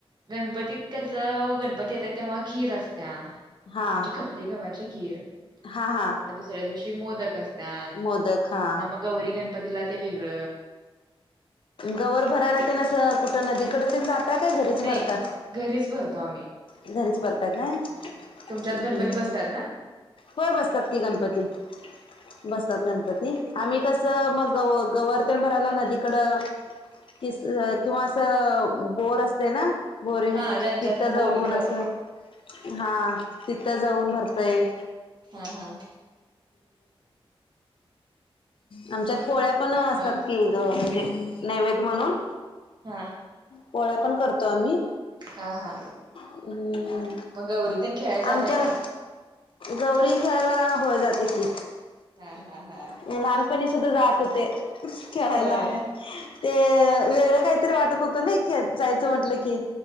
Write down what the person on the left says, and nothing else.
हा
हा हा
मोदक हा
गवर भरायला तेन अस कुठ नदीकड ते जाता काय घरीच
भरता.
घरीच भरता का?
हम्म
होय बसतात की गणपती. बसतात गणपती. आम्ही कस
मग गव गवर तेन भरायला नदीकड किस
किवा अस बोर असते ना, बोरिंग
तिथ जाऊन
अस
हा, तिथ जाऊन भरतय.
आमच्यात पोळ्या पण असतात
कि ग म्हणजे नैवेद्य म्हणून,
पोळ्या पण करतो आम्ही.
हम्म
आमच्या
गौरी खेळायला, होय जाते की.
लहानपणी सुद्धा जात होते खेळायला.
ते वेगळ काहीतरी वाटत होत नही कि आज जायच म्हटल की.